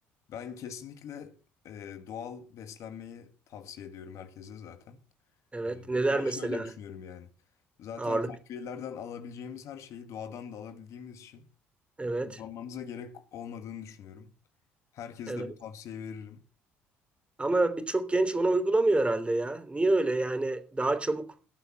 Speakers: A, on the left; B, on the right.
A: Ben kesinlikle e, doğal beslenmeyi tavsiye ediyorum herkese zaten.
B: Evet,
A: E,
B: neler
A: ben
B: mesela
A: şöyle düşünüyorum yani. Zaten
B: ağırlık?
A: takviyelerden alabileceğimiz her şeyi doğadan da alabildiğimiz için
B: Evet,
A: kullanmamıza gerek olmadığını düşünüyorum. Herkese
B: evet.
A: de bu tavsiyeyi veririm.
B: Ama birçok genç ona uygulamıyor herhalde ya. Niye öyle? Yani daha çabuk